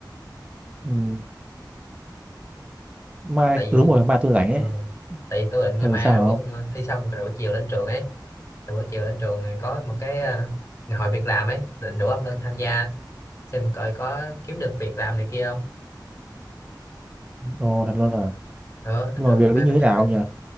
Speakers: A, on the right; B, on the left.
A: ừ, mai
B: tại vì
A: đúng rồi mai tôi rảnh
B: ờ,
A: ấy
B: tại vì tôi định
A: ờ
B: ngày mai
A: sao
B: rủ
A: hả
B: ông
A: ông
B: thi xong rồi buổi chiều lên trường ấy Rồi buổi chiều lên trường thì có một cái ờ, ngày hội việc làm ấy định rủ ông lên tham gia xem coi có kiếm được việc làm này kia không
A: ồ thật luôn à
B: ờ đến
A: nhưng
B: trường
A: mà việc
B: ngày mai
A: đấy như
B: tổ
A: thế
B: chức
A: nào
B: này
A: nhỉ